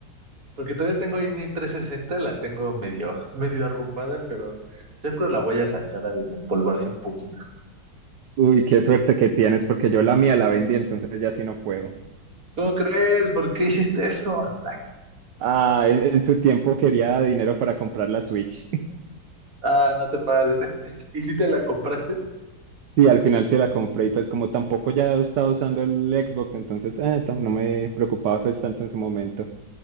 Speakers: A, on the right; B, on the right.
A: Porque todavía tengo ahí mi 360, la tengo medio, <laughs> medio arrumbada, pero yo creo la voy a sacar a desempolvarse un poquito.
B: Uy, qué suerte que tienes, porque yo la mía la vendí, entonces ya sí no puedo.
A: ¿Cómo crees? ¿Por qué hiciste eso? Ay,
B: Ah, en, en su tiempo quería dinero para comprar la Switch. <laughs>
A: ah, no te pases. <laughs> ¿Y si te la compraste?
B: Y al final se la compré, y pues como tampoco ya estaba usando el Xbox, entonces eh, tam- no me preocupaba pues tanto en su momento.